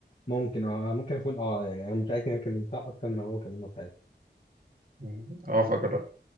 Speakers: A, on the left (about 40°); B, on the right (about 50°).
A: ممكن اه آه، ممكن اكون اه يعني انا متاكد ان انا كلمتها اكتر ما هو كلمها
B: مم. اوافقك الرأي